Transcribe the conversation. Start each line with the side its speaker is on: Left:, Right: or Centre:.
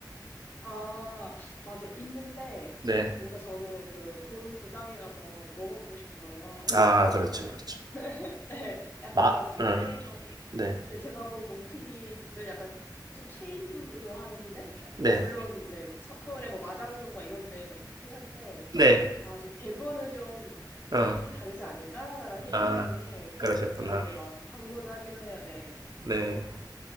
Left: 아, 맞아. 있는데
Right: 네.
Left: 뭔가 저는 그 본 고장에 가서 먹어보고 싶은 거예요.
Right: 아, 그렇죠,
Left: <laughs>
Right: 그렇죠.
Left: 네, 약간
Right: 마,
Left: 서울에서
Right: 음.
Left: 좀-
Right: 네,
Left: 네, 제가 본 몽튀기 집들 약간 좀 체인으로 하는데
Right: 네,
Left: 물론 이제 서, 울에뭐 마장동 막 이런 데막 있긴 한데
Right: 네,
Left: 아, 좀 대구는 좀
Right: 어.
Left: 좀 더 다르지 않을까라는 생각
Right: 아,
Left: 때문에
Right: 그러셨구나.
Left: 가끔 이제 막 방문하기도 해요. 네.
Right: 네.